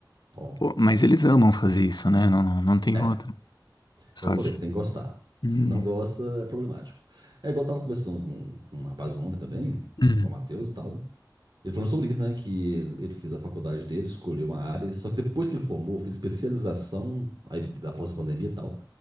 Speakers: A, on the right; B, on the left.
A: ó.
B: Pô, mas eles amam fazer isso, né? Não, não, não tem
A: É.
B: outra. Só
A: Eu falei,
B: que.
A: você tem que gostar. Se
B: Hum,
A: não gosta, é problemático. É igual eu tava conversando com, com um rapaz ontem também,
B: Hum.
A: com o Matheus e tal. Ele falando sobre isso, né? Que ele, ele fez a faculdade dele, escolheu uma área, só que depois que ele formou, fez especialização, aí após a pandemia e tal,